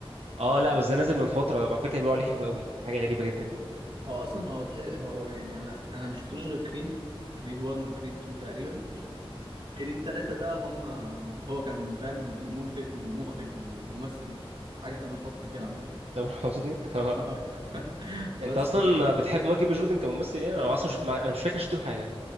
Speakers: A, on the right; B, on the right.
A: اه
B: بي-
A: لا بس ده نازل من فتره على فكره بيقولوا عليه حلو قوي دي حاجه غريبه
B: لا.
A: جدا يعني
B: هو اصلا هو تحس هو يعني انا انا ما شفتلوش غير كريد كريد 1 وكريد 2 تقريبا كريد 3 ده هم هو كان فاهم منتج ومخرج وممثل حاجه تامر حسني كده عندنا
A: <laughs> ده مش حسني <laughs> اه
B: <laughs> بس
A: انت اصلا بتحب مايكل بي جوردن كممثل يعني انا اصلا شف... مع- انا مش فاكر شفت له حاجه